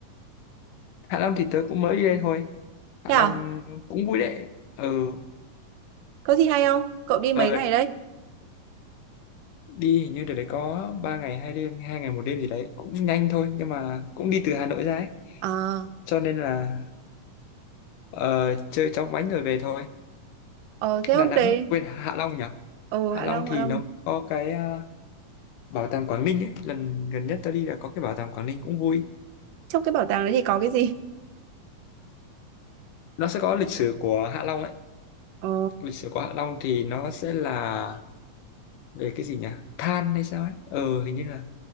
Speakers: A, on the left; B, on the right.
A: Hạ Long thì tớ cũng mới đi đây thôi Hạ
B: thế
A: Long
B: à
A: cũng vui đấy ừ
B: có gì hay không cậu đi mấy
A: ờ,
B: ngày đấy
A: đi hình như đợt đấy có ba ngày hai đêm hai ngày một đêm gì đấy cũng nhanh thôi nhưng mà cũng đi từ Hà Nội ra ấy
B: à
A: cho nên là Ờ, chơi chóng vánh rồi về thôi.
B: ờ thế
A: Đà
B: hôm
A: Nẵng,
B: đấy
A: quên Hạ Long nhỉ?
B: ừ
A: Hạ
B: Hạ
A: Long
B: Long
A: thì
B: Hạ Long
A: nó có cái à, bảo tàng Quảng Ninh ấy. Lần gần nhất tôi đi là có cái bảo tàng Quảng Ninh cũng vui.
B: Trong cái bảo tàng đấy thì có cái gì?
A: Nó sẽ có lịch sử của Hạ Long ấy.
B: Ồ,
A: Lịch sử của Hạ Long thì nó sẽ là về cái gì nhỉ? Than hay sao ấy? Ờ, hình như là